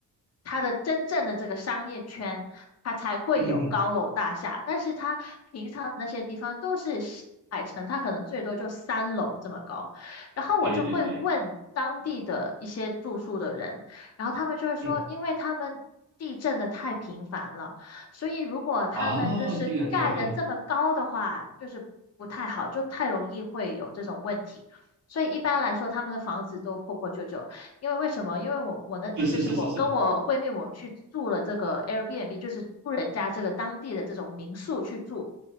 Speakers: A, on the left; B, on the right.
A: 它的真正的这个商业圈，它才会有高楼大厦，
B: <laughs> 嗯哼哼，
A: 但是它平常那些地方都是小矮层，它可能最多就三楼这么高。然后我就会问当地的一些住宿的人，
B: 对对对，
A: 然后他们就会说，
B: 嗯
A: 因为他们地震的太频繁了。所以如果他们就是盖的这么高的话，
B: 啊，对啊对啊对啊，
A: 就是不太好，就太容易会有这种问题。所以一般来说，他们的房子都破破旧旧。因为为什么？因为我我的就是我跟我闺蜜，
B: 是是是是是，
A: 我们去住了这个 Airbnb，就是住人家这个当地的这种民宿去住。